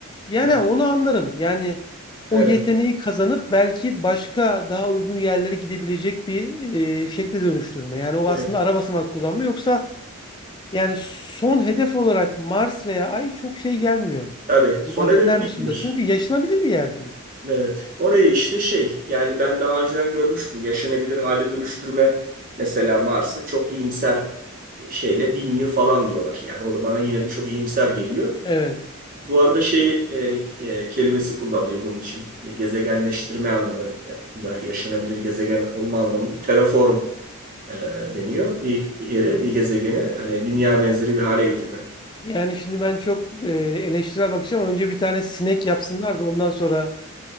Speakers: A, on the left (about 20°); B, on the right (about 35°).
A: Yani
B: Yani
A: onu anlarım. Yani
B: evet,
A: o yeteneği kazanıp belki başka daha uygun yerlere gidebilecek bir e, şekle dönüştürme. Yani o
B: evet.
A: aslında ara basamak kullanma. Yoksa Yani son hedef olarak Mars veya Ay çok şey gelmiyor.
B: Tabii son
A: Madenler
B: hedef değildir.
A: dışında. Çünkü yaşanabilir bir yer değil.
B: Evet. Orayı işte şey yani ben daha önceden görmüştüm. Yaşanabilir hale dönüştürme mesela Mars'ı çok iyimser e, şeyle bin yıl falan diyorlar. Yani o da bana yine de çok iyimser geliyor.
A: Evet.
B: Bu arada şey e, e, kelimesi kullanılıyor bunun için. E, Gezegenleştirme anlamında yaşanabilir gezegen olma anlamında terraform e, deniyor. Bir yere bir gezegeni hani dünya benzeri bir hale getirme.
A: Yani şimdi ben çok e, eleştirel bakacağım. Önce bir tane sinek yapsınlar da ondan sonra